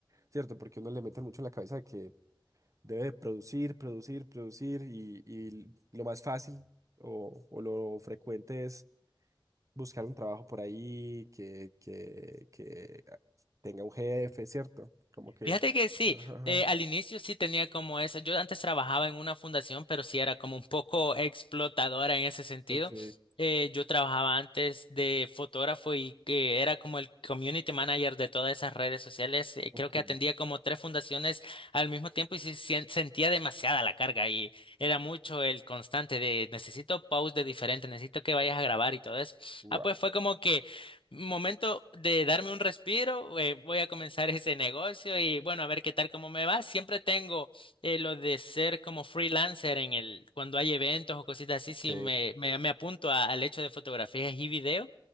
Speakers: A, on the right (about 35°); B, on the left (about 75°).
A: ¿cierto? Porque uno le mete mucho en la cabeza de que Debe producir, producir, producir y, y lo más fácil o, o lo frecuente es buscar un trabajo por ahí que, que, que tenga un jefe, ¿cierto? Como que...
B: Fíjate que sí,
A: Ajá, ajá.
B: eh, al inicio sí tenía como eso. Yo antes trabajaba en una fundación, pero sí era como un poco explotadora en ese sentido.
A: Ok,
B: Eh, yo trabajaba antes de fotógrafo y que era como el community manager de todas esas redes sociales. Eh,
A: Ok,
B: creo que atendía como tres fundaciones al mismo tiempo y sí sien- sentía demasiada la carga y era mucho el constante de necesito posts de diferentes, necesito que vayas a grabar y todo eso.
A: wow.
B: Ah, pues fue como que Momento de darme un respiro, eh, voy a comenzar ese negocio y bueno, a ver qué tal, cómo me va. Siempre tengo eh, lo de ser como freelancer en el, cuando hay eventos o cositas así,
A: ok.
B: sí me, me, me apunto a- al hecho de fotografías y video.